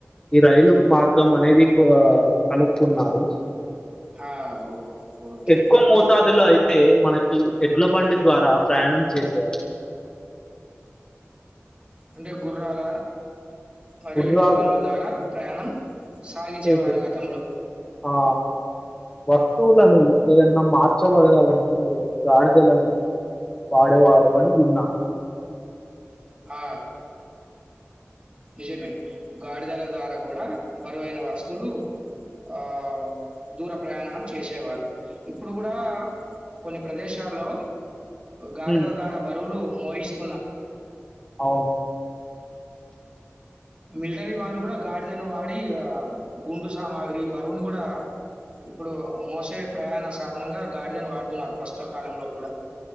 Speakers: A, on the left; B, on the right.
A: ఈ రై లు మార్గం అనేది కనుక్కున్నారు
B: ఆ! ఓ ఓకే.
A: ఎక్కువ మోతాదులో అయి తే మనకి ఎడ్ల బండి ద్వారా ప్రయాణం చేసేవాళ్ళు
B: అంటే గుర్రాల మరియు
A: గుర్రాలు
B: ఎడ్లబండ్ల ద్వారా ప్రయాణం సాగించేవారు
A: చేసే
B: గతంలో
A: ఆ వస్తువులను ఏదన్నా మార్చబడగాలనుకుంటే గాడిదలను పాడేవారు అని విన్నాను
B: ఆ నిజమే గాడిదల ద్వారా కూడా బరువైన వస్తువులు ఆ దూర ప్రయాణాన్ని చేసేవారు ఇప్పుడు కూడా కొన్ని ప్రదేశాల్లో గాడిద
A: హ్మ్.
B: ద్వారా బరువు లు మూయిస్తారు
A: అవునా
B: మిలిటరీ వాళ్ళు కూడా గాడిదైన వాడి గుండు సామాగ్రి బరువుని కూడా ఇప్పుడు మోసే ప్రయాణ సాధనంగా గాడిదని వాడుతున్నారు ప్రస్తుత కాలంలో కూడా